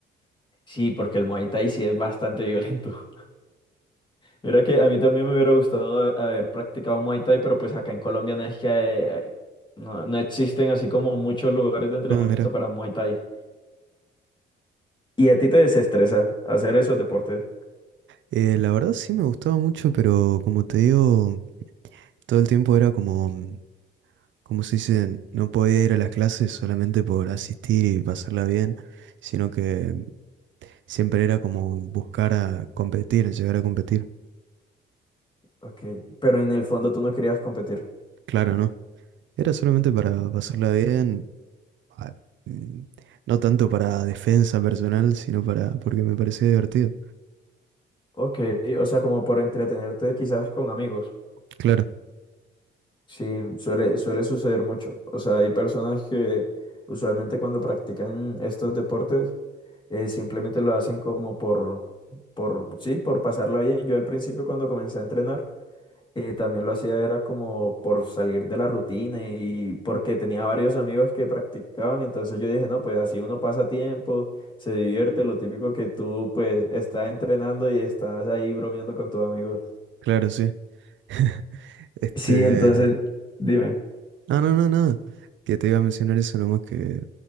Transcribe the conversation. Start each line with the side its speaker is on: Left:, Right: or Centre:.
Left: Sí, porque el Muay Thai sí es bastante violento. Mira que a mí también me hubiera gustado ha- haber practicado Muay Thai, pero pues acá en Colombia no es que eh, no, no existen así como muchos lugares de entrenamiento
Right: No, mira,
Left: para Muay Thai. Y a ti te desestresa hacer esos deportes.
Right: eh, la verdad sí me gustaba mucho, pero como te digo, todo el tiempo era como... mm, como se dice, no podía ir a las clases solamente por asistir y pasarla bien, sino que siempre era como buscar a competir, llegar a competir.
Left: Ok, pero en el fondo tú no querías competir.
Right: Claro, ¿no? Era solamente para pasarla bien, a- mm, no tanto para defensa personal, sino para porque me parecía divertido.
Left: Ok, o sea, como por entretenerte quizás con amigos.
Right: Claro,
Left: Sí, suele, suele suceder mucho. O sea, hay personas que usualmente cuando practican estos deportes eh, simplemente lo hacen como por, por, sí, por pasarla bien. Yo al principio cuando comencé a entrenar eh, también lo hacía era como por salir de la rutina y porque tenía varios amigos que practicaban, entonces yo dije, no, pues así uno pasa tiempo, se divierte, lo típico que tú pues estás entrenando y estás ahí bromeando con tus amigos.
Right: claro, sí. <laughs> Este,
Left: Sí, entonces, dime,
Right: No, no, no, no. Que te iba a mencionar eso nomás que